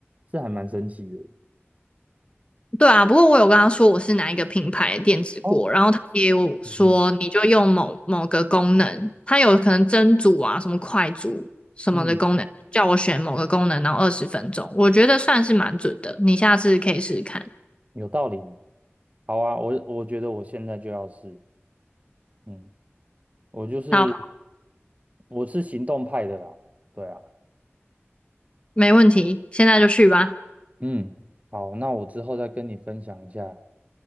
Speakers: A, on the right; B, on the left.
A: 是还蛮神奇的。
B: 对啊，不过我有跟他说我是哪一个品牌的电子锅，
A: 哦，
B: 然后他也有说你就用某某个功能，
A: 嗯
B: 它有可能蒸煮啊、什么快煮什么的功能，
A: 嗯，
B: 叫我选某个功能，然后二十分钟，我觉得算是蛮准的，你下次可以试试看。
A: 有道理。好啊，我我觉得我现在就要试。嗯，我就是
B: 好，
A: 我是行动派的啦，对啊。
B: 没问题，现在就去吧。
A: 嗯，好，那我之后再跟你分享一下